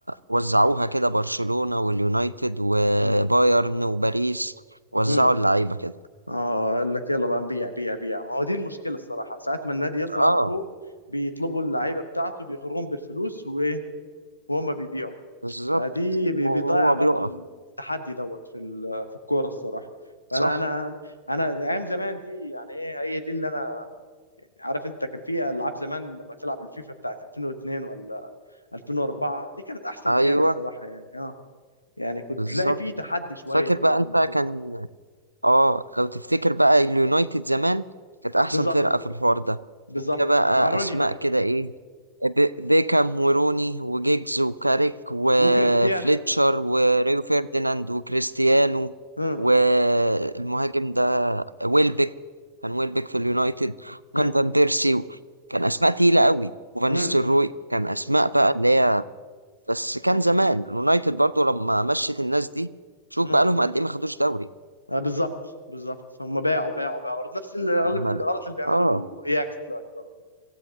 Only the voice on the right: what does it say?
وزعوها كده برشلونة واليونايتد وبايرن
وباريس وزعوا
اللعيبة كده
اه
بالظبط
وهو
بيقع
صح
ايوه
بالظبط
فاكر
بقى
انت
كان اه لو تفتكر بقى اليونايتد زمان كانت احسن
فرقة في الحوار ده
كان فيها بقى
اسماء
كده ايه بي- بيكام وروني وجيجز وكاريك وفليتشر
وريو فيرديناند وكريستيانو
والمهاجم ده ويلبك كان ويلبك في اليونايتد
وكان فان بيرسي كان اسماء تقيله قوي وفان
ستروي كان اسماء بقى اللي هي بس كان زمان اليونايتد برضو لما مشت الناس دي شوف
بقى لهم قد ايه ما خدوش دوري
عماله
اه